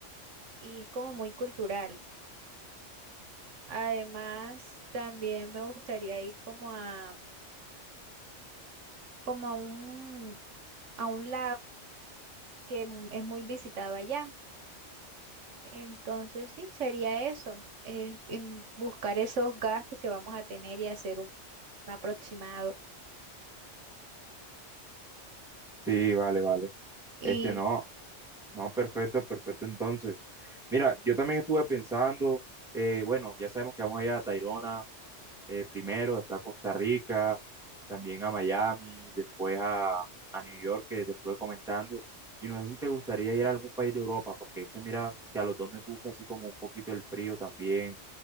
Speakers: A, on the right; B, in the centre.
A: y es como muy cultural. Además, también me gustaría ir como a como a un a un lago que mu- es muy visitado allá. Entonces, sí, sería eso, eh, en buscar esos gastos que vamos a tener y hacer un, un aproximado.
B: Sí, vale, vale.
A: Y,
B: Este, no, no, perfecto, perfecto entonces. Mira, yo también estuve pensando, eh, bueno, ya sabemos que vamos a ir a Tayrona, eh, primero, después a Costa Rica, también a Miami, después a, a New York, que te estuve comentando. Y no sé si te gustaría ir a algún país de Europa, porque es que mira que a los dos nos gusta así como un poquito el frío también.